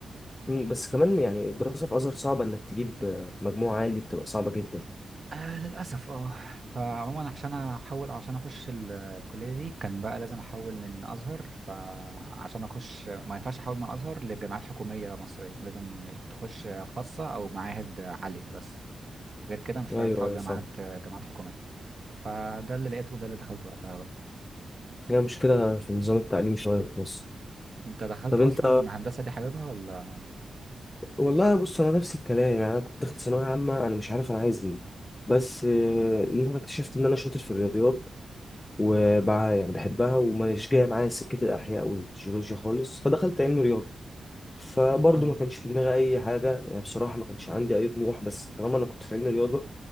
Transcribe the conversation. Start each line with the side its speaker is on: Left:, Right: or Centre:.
Left: مم، بس كمان يعني الدراسة في الازهر صعبة انك تجيب آه، مجموع عالي بتبقى صعبة جدا يعني
Right: آه للاسف اه فعموما عشان احول او عشان اخش ال- الكليه دي كان بقى لازم احول من ازهر فعشان اخش ما ينفعش احول من ازهر لجامعات حكوميه مصريه لازم تخش خاصه او معاهد عاليه بس غير كده مش
Left: ايوه
Right: هتعرف تحول
Left: ايوه
Right: جامعات
Left: فاهم
Right: جامعات حكوميه فده اللي لقيته وده اللي دخلته وقتها بقى
Left: هي مشكلة في نظام التعليم شوية في مصر
Right: انت دخلت
Left: طب
Right: اصلا
Left: انت
Right: هندسه دي حاببها ولا
Left: والله بص انا نفس الكلام يعني انا كنت داخل ثانويه عامه انا مش عارف انا عايز ايه بس آه،
Right: مم.
Left: ان انا اكتشفت ان انا شاطر في الرياضيات وبع يعني بحبها ومش جايه معايا سكه الاحياء والجيولوجيا خالص فدخلت علم رياضه فبرضه
Right: اه
Left: ما كانش في دماغي اي حاجه يعني بصراحه ما كانش عندي اي طموح بس طالما انا كنت في علم رياضه